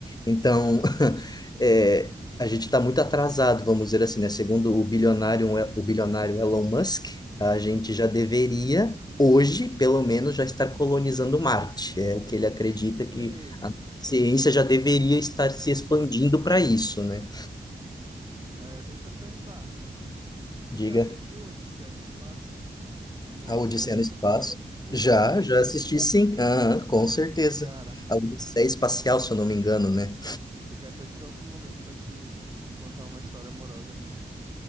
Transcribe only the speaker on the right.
Ei,
é, deixa eu perguntar. Tu
já assistiu Odisseia no Espaço? Uma Odisseia
no Espaço.
Uma
Odisseia.
Cara,
eu quero até tirar outro momento pra te contar uma história amorosa minha